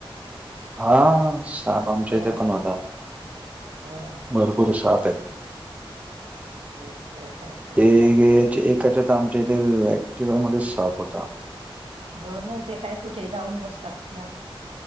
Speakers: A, on the right (about 15°); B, on the right (about 80°).
A: हा, साप आमच्या
B: हो
A: इथे पण होता
B: हो
A: भरपूर साप आहेत.
B: तेच तर काय तर
A: ते चे एक त्याच्यात आमच्या इथे ऍक्टिवा मध्ये साप होता.
B: हो ना ते काय कुठे जाऊन बसतात ना